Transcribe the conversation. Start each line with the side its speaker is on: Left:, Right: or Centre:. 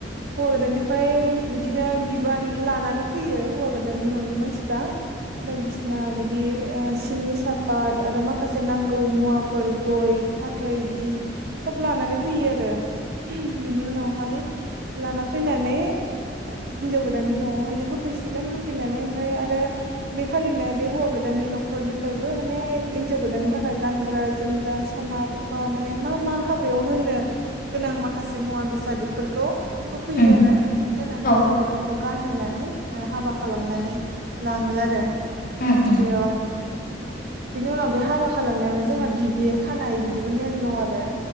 Right: हौवा गोदाननिफ्राय बिदिनो बिबान लानानै फैयो हौवा गोदाननि न'नि मानसिफ्रा। बायदिसिना
Left: उम
Right: बिदि ओ सिनि सार। ओ आरो माखासे नांगौ मुवाफोर गय फाथै बिदि सब लानानै फैयो आरो। ओ बिनि उनावहाय लाना फैनानै ओ हिनजाव गोदाननि न'आव। <inaudible> होफैसिगोन होफैनानै ओमफाय आरो बेखालिनो बे हौवा गोदाननि न'खनिफ्राय। बो माने हिन्जाव गोदाननि थाखाय गानग्रा जोमग्रा सना रुफा माने मा मा हाबायाव होनो गोनां माखासे मुवा बेसाद बिफोरखौ होफैयो
Left: उम
Right: आरो ओमफाय होनानै
Left: औ
Right: हिनजाव गोदानखौ। गानहोनानै ओ हाबा खालामनानै लाङो आरो।
Left: उम
Right: बेयाव। बिनि उनाव बे हाबा खालामनायावनो जोंहा बिबि खानाय बिदिबो नेम दं आरो।